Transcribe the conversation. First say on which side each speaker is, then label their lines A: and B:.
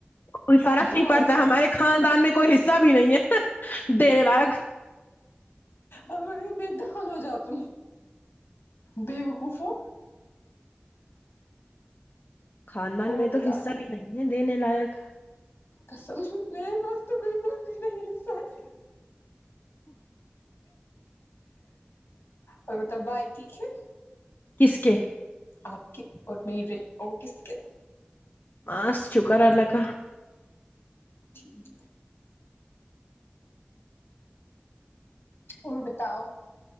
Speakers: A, on the left (about 55°); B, on the left (about 70°).
A: کوئی فرق
B: دفع
A: نہیں پڑتا
B: ہو جاؤ
A: ہمارے خاندان میں کوئی حصہ بھی نہیں ہے دینے لائق
B: ا ب دان ہو جا تم بےوقوف ہو
A: خاندان
B: اور
A: میں
B: بتائیں
A: تو حصہ بھی نہیں ہے دینے لائق
B: قسم میرے پاس تو بلکل بھی نہیں ہے سہل اور بتاؤ بھائی ٹھیک ہے
A: کس کے
B: آپ کے اور میرے اور کس کے
A: آںس شکر ہے اللہ کا
B: ٹھیک اور بتاؤ